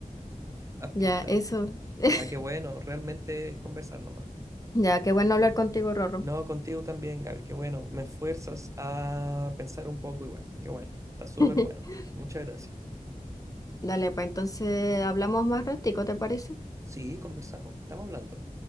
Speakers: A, on the right; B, on the left.
A: <laughs>
B: Ya, eso. <laughs>
A: Ya que bueno, realmente es conversar nomás.
B: Ya, qué bueno hablar contigo, Rorro.
A: No, contigo también, Gaby, qué bueno. Me fuerzas a pensar un poco igual. Qué bueno, está súper
B: <laughs>
A: bueno. Muchas gracias.
B: Dale, pues entonces hablamos más ratico, ¿te parece?
A: Sí, conversamos, estamos hablando.